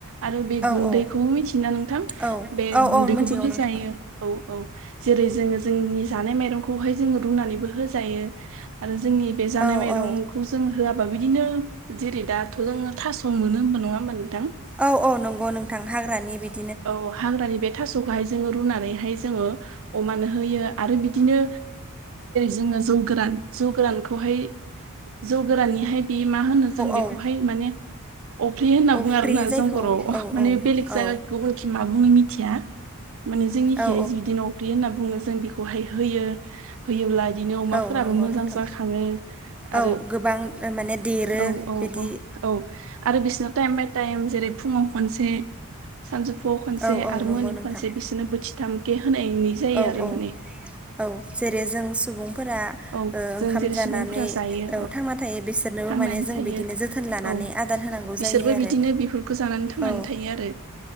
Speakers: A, on the right; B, in the centre.
A: आरो बे
B: औ
A: गुन्दैखौबो
B: औ
A: मिथियो ना नोंथां
B: औ
A: बे
B: औ
A: गुन्दैखौबो
B: औ मिथिगौ
A: होजायो
B: नोंथां
A: औ औ। जेरै जोंङो जोंनि जानाय माइरंखौहाय जोंङो रुनानैबो होजायो आरो। जोंनि बे जानाय
B: औ
A: माइरंखौ
B: औ
A: जों होआ बा बिदिनो जेरै दाथ' जोंङो थास' मोनो होमबा नङा होमबा नों
B: औ औ नंगौ नोंथां हाग्रानि बिदि
A: औ हाग्रानि बे थास'खौहाय। जोंङो रुनानैहाय जोंङो अमानो होयो आरो बिदिनो जोंङो जौ गोरान। जौ गोरानखौहाय जौ गोराननिहाय बे मा होनो जों बेखौहाय
B: औ
A: माने अफ्रि होनना बुङो
B: अफ्रि
A: आरोना
B: जायखौ
A: जों बर'
B: औ
A: माने
B: औ
A: बेलेग जायगा
B: औ
A: गुबुनखि मा बुङो मिथिया माने जोंनि खिहाय
B: औ
A: जि बिदिनो अफ्रियो होनना बुङो। जों बेखौहाय होयो होयोब्ला। बिदिनो अमाफोराबो
B: औ नंगौ
A: मोजां
B: नोंथां
A: जाखांङो आरो
B: औ गोबां माने देरो
A: औ औ
B: बिदि
A: औ। औ आरो बिसिनाव टाइम बाय टाइम जेरै फुङाव खनसे। सानजौफुआव खनसे
B: औ औ
A: आरो
B: नंगौ
A: मोनन
B: नोंथां
A: खनसे बिसोनो बोथिथामखे होनायनि जायो
B: औ
A: आरो
B: औ
A: माने।
B: औ जेरै जों सुबुंफोरा ओ
A: औ
B: ओंखाम
A: जों जेरै
B: जानानै
A: सुबुंफोरा जायो
B: औ थांना थायो बेसोर <unintelligible>
A: थांनानै
B: माने जों
A: थायो
B: बिदिनो जोथोन लानानै
A: औ
B: आदार होनांगौ
A: बिसोरबो
B: जायो आरो
A: बिदिनो बेफोरखौ जानानै थांनानै
B: औ।
A: थायो आरो